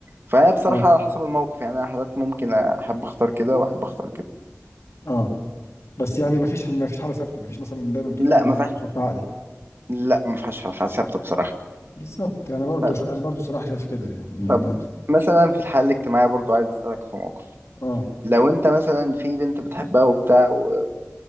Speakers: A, on the right (about 50°); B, on the left (about 75°).
A: فبصراحه
B: اه
A: على حسب الموقف يعني انا حالات ممكن احب اختار كده واحب اختار كده
B: اه بس يعني ما فيش ما فيش حاله ثابته ما فيش مثلا دايما بتقول
A: لا
B: لا انا
A: ما فيهاش
B: احط عقلي
A: لا ما فيهاش حاجه ثابته بصراحه
B: بالظبط انا برضو
A: طب
B: انا برضو صراحه شايف كده يعني
A: طب
B: انا
A: مثلا في الحاله الاجتماعيه برضو عايز اسالك في موقف
B: اه
A: لو انت مثلا في بنت بتحبها وبتاع و...